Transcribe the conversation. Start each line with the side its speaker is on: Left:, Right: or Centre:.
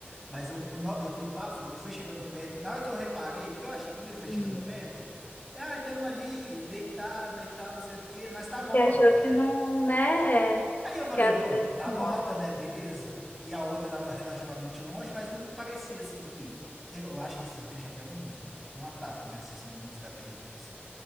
Centre: Mas eu, eu no- eu tenho pavor. E foi chegando perto. Na hora que eu reparei, porque eu achei, que quando ele foi
Left: Hum.
Centre: chegando perto, ah, tem uma ali deitada e tal, não sei o quê, mas tá
Left: Você
Centre: morta.
Left: achou que não, né? É,
Centre: Aí eu falei,
Left: que às
Centre: bom,
Left: vezes
Centre: tá
Left: morre.
Centre: morta, né? Beleza. E a outra tava relativamente longe, mas não parecia assim que. Eu, eu acho que esses bichos até não, não atacam, né? Se você não mostrar perigo, assim.